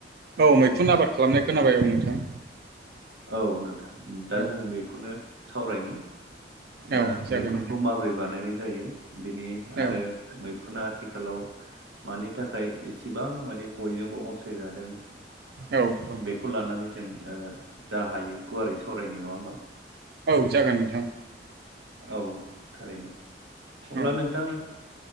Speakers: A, on the right (about 60°); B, on the right (about 85°).
A: औ मैखुन आबाद खालामनाय खोनाबाय औ नोंथां।
B: औ नोंथां। दा
A: औ
B: जों बेखौनो सावरायनि। दा
A: औ जागोन
B: मैखुनखौ
A: नोंथां।
B: माबोरै बानायनाय जायो बिनि
A: औ
B: आरो मैखुना आथिखालाव मानि थाखाय एसे बां माने बयजोंबो अनसायजादों
A: औ औ
B: बेखौ लानानै। जों जा हायो गुवारै सावरायनि नङा होमबा।
A: औ जागोन नोंथां।
B: औ थारैनो अब्ला
A: औ
B: नोंथां।